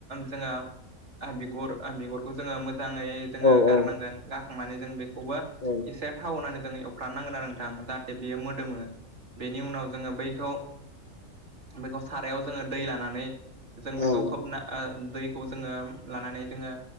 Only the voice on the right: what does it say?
जोङो बिगर बिगरखौ जोङो मोजाङै जोङो
गाखांनानै जों बेखौबो
एसे थाव होननानै जों एवफ्रनांगोन आरो नोंथां बियो मोदोमो बेनि उनाव जोङो बैखौ बेखौ सारायाव जोङो दै लानानै जों
बेखौ खोबना दैखौ जोङो लानानै जोङो